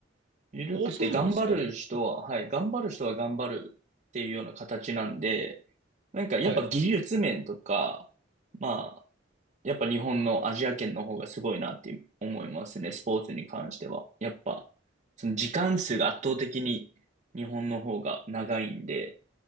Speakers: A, on the right; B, on the right.
A: 緩くて頑張る人は、
B: あ、そうなんですか。はい。
A: はい、頑張る人は頑張るっていうような形なんで、なんかやっぱ技術面とか、
B: はい。
A: まあ、やっぱ日本のアジア圏の方がすごいなって思いますね、スポーツに関しては。やっぱ、その時間数が圧倒的に日本の方が長いんで、